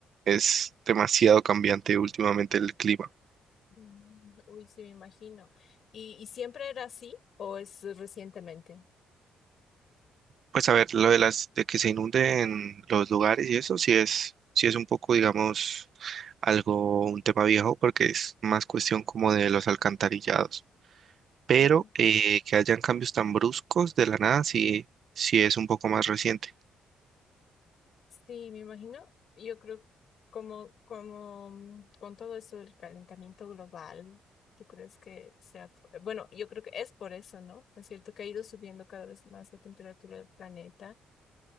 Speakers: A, on the right; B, on the left.
A: Es demasiado cambiante últimamente el clima.
B: Mm, Uy, sí, me imagino. ¿Y, y siempre era así o es recientemente?
A: Pues a ver, lo de las de que se inunden los lugares y eso sí es, sí es un poco, digamos, algo, un tema viejo, porque es más cuestión como de los alcantarillados. Pero
B: Ah.
A: eh, que hayan cambios tan bruscos de la nada, sí, sí es un poco más reciente.
B: Sí, me imagino. Yo creo como, como mm, con todo eso del calentamiento global, ¿tú crees que sea? Bueno, yo creo que es por eso, ¿no? Es cierto que ha ido subiendo cada vez más la temperatura del planeta